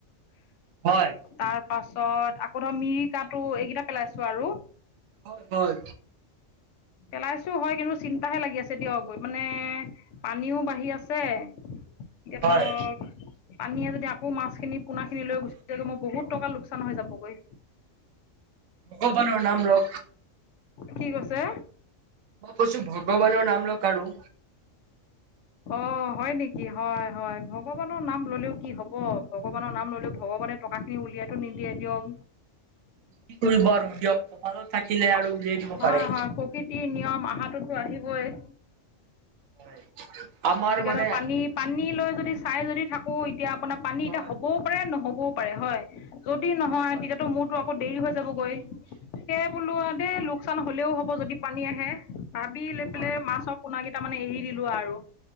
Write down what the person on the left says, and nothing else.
তাৰ পাছত আকৌ ধৰক মিৰিকাটো এইকেইটা পেলাইছো আৰু
পেলাইছো হয় কিন্তু চিন্তাহে লাগি আছে দিয়ক মানে পানীও বাঢ়ি আছে এতিয়া
ধৰক, পানীয়ে যদি আকৌ মাছখিনি পোনা খিনি লৈ গুচি যায়গৈ মই বহুত টকা লোকচান হৈ যাবগৈ।
কি কৈছে।
অ হয় নেকি হয় হয় ভগৱানৰ নাম ললেও কি হব। ভগৱানৰ নাম ললেও ভগৱানে টকাখিনি উলিয়াইতো নিদিয়ে দিয়ক।
হয়
-হয় প্ৰকৃতিৰ নিয়ম আহাটোতো আহিবই।
এতিয়া
ধৰা পানী -পানী লৈ যদি চাই যদি থাকো এতিয়া আপোনাৰ পানী
এতিয়া হ'ব পাৰে নহবও পাৰে হয়, যদি নহয়
তেতিয়াতো মোৰ ৰটো আকৌ দেৰি হৈ যাবগৈ সেয়ে বোলো দে লোকচান হ'লেও হ'ব যদি পানী আহে। ভাবি লৈ
পেলে মাছৰ পোনা কেইটামান এ এৰি দিলোঁ আৰু